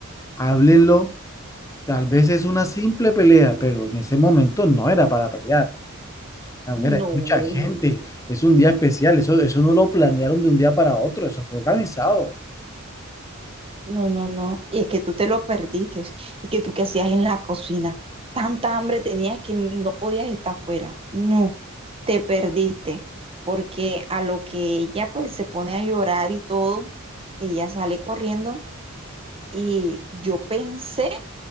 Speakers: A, on the left; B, on the right.
A: háblenlo. Tal vez es una simple pelea, pero en ese momento no era para pelear. A ver,
B: No,
A: hay mucha gente, es un día especial, eso, eso no lo planearon de un día para otro, eso fue organizado.
B: no, no, no. Y es que tú te lo perdiste. Es que tú qué hacías en la cocina. Tanta hambre tenías que no podías estar fuera. No, te perdiste. Porque a lo que ella pues se pone a llorar y todo, ella sale corriendo y yo pensé